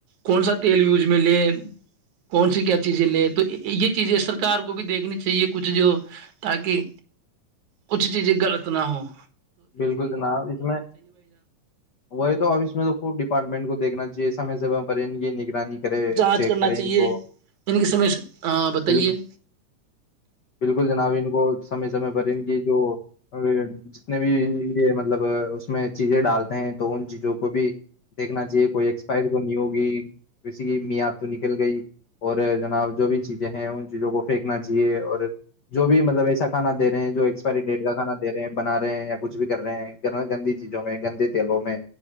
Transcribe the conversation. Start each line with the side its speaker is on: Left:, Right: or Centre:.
Right: کون سا تیل یوز میں لے کون سی کیا چیزیں لے تو یہ چیزیں سرکار کو بھی دیکھنی چاہیے کچھ جو تاکہ کچھ چیزیں غلط نہ ہووں
Left: بالکل جناب اس میں وہی تو آفس میں تو خ ڈپارٹمنٹ کو دیکھنا چاہیے اس س زبرین گ نک کرے
Right: جانچ
Left: چیک
Right: کرنا
Left: کرے
Right: چاہیے
Left: ان کو
Right: ان کی سمے سے۔ ہاں بتائیے
Left: ب بالکل جناب ان کو سمے سمے پر ان کی جو ا جنے بھی یہ مطلب اس میں چیزیں ڈالتے ہیں تو ان چیزوں کو بھی دیکھنا چاہیے کوئی ایکسپائر تو نہیں ہوگی کسی کی مییاد تو نکل گئی اور جناب جو بھی چیزیں ہیں ان چیزوں کو پھینکنا چاہیے اور جو بھی مطلب ایسا کھانا دے رہے ہیں جو ایکسپائری ڈیٹ کا کھانا دے رہے بن ہیں یا کچھ بھی کر رہے ہیں گندی چیزوں میں گندے تیلوں میں